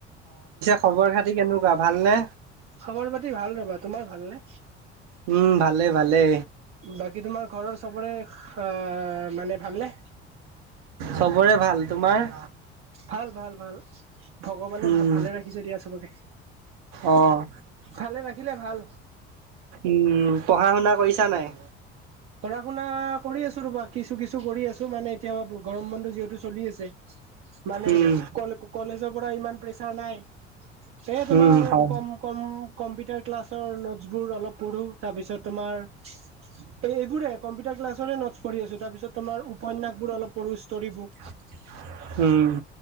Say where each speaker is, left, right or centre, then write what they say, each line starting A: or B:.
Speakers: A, on the right; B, on the right.
A: খবৰ-খাতি কেনেকুৱা ভালনে?
B: খবৰ-খাতি ভাল ৰবা। তোমাৰ ভালনে?
A: উম, ভালে ভালে
B: বাকী তোমাৰ ঘৰৰ চবৰে আ মানে ভালনে?
A: চবৰে ভাল। তোমাৰ?
B: ভাল-ভাল-ভাল ভগৱানে
A: উম,
B: ভা ভালে ৰাখিছে দিয়া চবকে।
A: অ',
B: ভালে ৰাখিলে ভাল।
A: উম' পঢ়া-শুনা কৰিছা নাই?
B: পঢ়-শুনা কৰি আছো ৰবা, কিছু-কিছু কৰি আছো মানে এতিয়া গৰম বন্ধু যিহেতু চলি আছে মানে
A: উম,
B: কলেজৰ পৰা ইমান প্ৰেচাৰ নাই। সেইয়ে তোমাৰ
A: উম, হয়,
B: কম কম, কম্পিউটাৰ ক্লাছৰ নোটছ বোৰ অলপ পঢ়োঁ তাৰপিছত তোমাৰ এইবোৰে কম্পিউটাৰ ক্লাছৰে নোটছ পঢ়ি আছো। তাৰপিছত তোমাৰ উপন্যাসবোৰ অলপ পঢ়ো ষ্টৰি। বুক
A: <inaudible> উম'